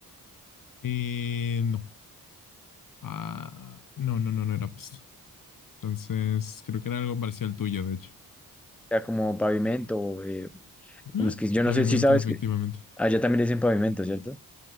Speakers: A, on the left (about 55°); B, in the centre.
A: eh, no. Ah, no, no, no, no era pasto. Entonces, creo que era algo parecido al tuyo, de hecho.
B: era como pavimento, eh,
A: Ujú.
B: como es que yo no
A: Pavimento,
B: sé si sabes
A: efectivamente.
B: que allá también le dicen pavimento, ¿cierto?